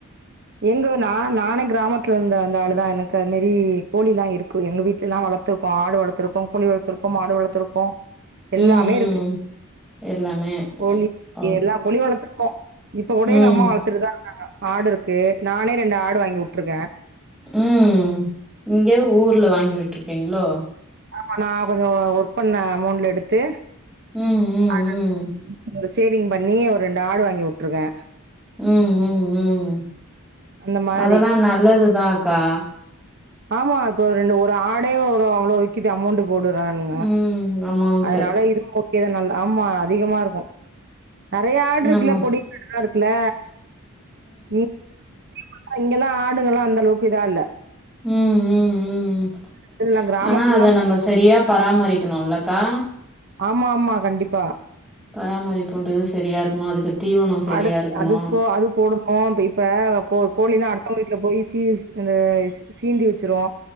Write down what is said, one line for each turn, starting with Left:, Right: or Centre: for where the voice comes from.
Right: எங்க நா நானே கிராமத்துல இருந்து வந்த ஆளுதா எனக்கு அது மேரி கோழில்லா இருக்கு எங்க வீட்டுல எல்லா வ வளர்த்துருக்கோ ஆடு வளர்த்துருக்கோ கோழி வளர்த்திருக்கோ மாடு வளர்த்துருக்கோ எல்லாமே
Centre: ம் ம்
Right: இருக்கு
Centre: எல்லாமே
Right: கோழி
Centre: ஓ
Right: எல்லா கோழி வளத்துக்கோ இப்ப கூட
Centre: ம்
Right: எங்க அம்மா வளர்த்துட்டுதா இருக்காங்க ஆடு இருக்கு நானே ரெண்டு ஆடு வாங்கி வுட்டுருக்கே
Centre: ம் இங்க ஊர்ல வாங்கி விட்ருக்கீங்ளோ
Right: ஆமா நா கொஞ்ச ஒர்க் பண்ண அமௌண்ட் எடுத்து
Centre: ம் ம்
Right: ஆ நான்
Centre: ம்
Right: ஒரு சேவிங் பண்ணி ஒரு ரெண்டு ஆடு வாங்கி வுட்ருக்கே
Centre: ம் ம் ம்
Right: அந்த மாரி
Centre: அதெல்லாம் நல்லதுதான்க்கா
Right: ஆமா இப்ப ரெண்டு ஒரு ஆடே ஒரு அவ்ளோ விக்கிது அமௌண்டு போடுறானுங்க
Centre: ம் அமௌண்ட்டு
Right: அதுனால இது இது நல் ஆமா அதிகமா இருக்கும் நெறைய ஆடு இருக்குல்ல
Centre: நம்ம
Right: கொடி ஆடெல்லாம் இருக்குல்ல ம் <inaudible> இங்கெல்லாம் ஆடுங்கள்லாம் அந்தளவுக்கு இதா இல்ல
Centre: ம் ம் ம்
Right: இதெல்லா கிராமத்துலல்லா
Centre: ஆனா அத நம்ம சரியா பராமரிக்கணுல க்கா
Right: ஆமா ஆமா கண்டிப்பா
Centre: பராமரிப்புன்றது சரியா இருக்கணும் அதுக்கு தீவனோ சரியா
Right: அடு
Centre: இருக்கணு
Right: அது போ அது போடணு இப்ப இப்ப கோ கோழிலா அடுத்தவங்க வீட்ல போயி சி அது சீண்டி வச்சிரும்